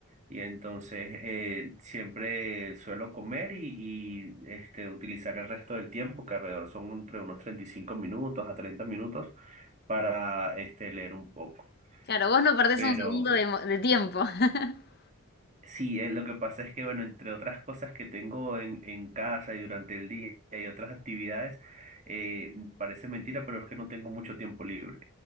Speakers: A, on the right; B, on the left.
A: y entonces eh, siempre suelo comer y, y, este, utilizar el resto del tiempo, que alrededor son entre unos 35 minutos a 30 minutos, para este, leer un poco.
B: Claro, vos no perdés
A: Pero
B: un segundo de, mo- de tiempo. <laughs>
A: Sí, eh, lo que pasa es que, bueno, entre otras cosas que tengo en, en casa y durante el día y otras actividades, eh, parece mentira, pero es que no tengo mucho tiempo libre.